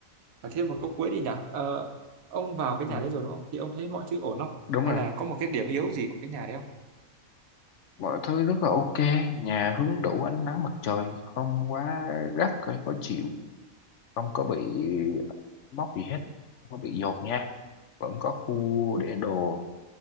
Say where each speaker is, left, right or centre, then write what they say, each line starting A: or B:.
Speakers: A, on the right; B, on the left.
A: Và thêm một câu cuối đi nhỉ Ờ, ông vào cái nhà
B: ừ.
A: đấy rồi đúng không thì ông thấy mọi thứ ổn không
B: đúng
A: hay
B: rồi
A: là có một cái điểm yếu gì của cái nhà đấy không
B: mọi thứ rất là ok nhà hứng đủ ánh nắng mặt trời không quá gắt hay khó chịu không có bị móc gì hết không có bị dột nha vẫn có khu để đồ